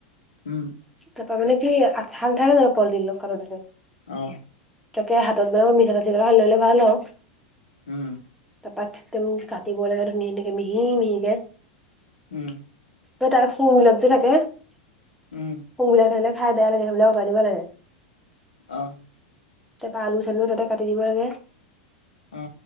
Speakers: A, on the left (about 80°); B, in the centre.
A: উম।
B: তাৰ পৰা মানে কি ঠান নাথাকে জানো কলদিল <inaudible>
A: অ।
B: তাতে হাতত মানে মঠাতেল চিথাতেল সানি ললে ভাল আৰু।
A: উম।
B: <inaudible> কাতিব লাগে মানে মিহি মিহি কে।
A: উম।
B: <unintelligible>
A: উম।
B: সোবিলাক থাকে খাই বেয়া লে সেইবাকত দ লাগে।
A: অ।
B: তাপা আলু চালুও তাতে কাটি দিব লাগে।
A: অ